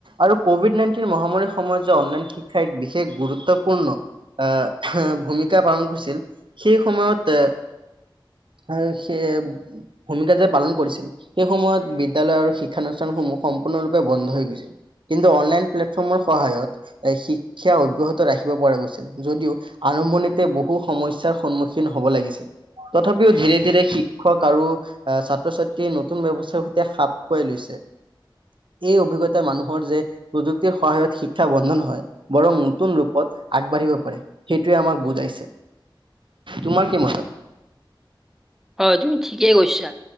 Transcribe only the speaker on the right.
আৰু কভিড নাইনটিন মহামাৰীৰ সময়ত যে অনলাইন শিক্ষা এক বিশেষ গুৰুত্বপূৰ্ণ আহ, ভূমিকা পালন কৰিছিল সেই সময়ত এ আৰু সেই ভূমিকা যে পালন কৰিছিল সেই সময়ত বিদ্যালয় আৰু শিক্ষানুষ্ঠান সমূহ সম্পূৰ্ণৰূপে বন্ধ হৈ গৈছে, কিন্তু অনলাইন প্লেটফৰ্মৰ সহায়ত এ শিক্ষা অব্যাহত ৰাখিব পৰা গৈছিল। যদিও আৰম্ভণিতে বহু সমস্যাৰ সন্মুখীন হ'ব লাগিছিল। তথাপিও ধীৰে ধীৰে শিক্ষক আৰু আহ ছাত্ৰ-ছাত্ৰীয়ে নতুন ব্যৱস্থাৰ সৈতে খাপ খোৱাই লৈছে। এই অভিজ্ঞতা মানুহৰ যে প্ৰযুক্তিৰ সহায়ত শিক্ষা বন্ধ নহয় বৰং নতুন ৰূপত আগবাঢ়িব পাৰে। সেইটোৱে আমাক বুজাইছে, তোমাৰ কি মতত?